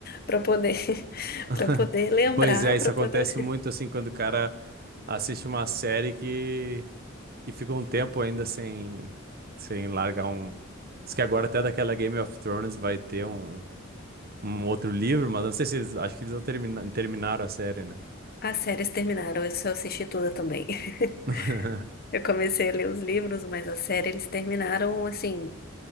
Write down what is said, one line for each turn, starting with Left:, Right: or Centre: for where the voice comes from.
Left: para poder <laughs>
Right: <laughs>
Left: para poder lembrar,
Right: Pois é, isso
Left: para
Right: acontece
Left: poder.
Right: muito assim quando o cara assiste uma série que, que fica um tempo ainda sem, sem largar um. Diz que agora até daquela Game of Thrones vai ter um. um outro livro, mas não sei se eles, acho que eles não termina- terminaram a série, né?
Left: As séries terminaram, eu só assisti toda também. <laughs>
Right: <laughs>
Left: Eu comecei a ler os livros, mas a série eles terminaram assim.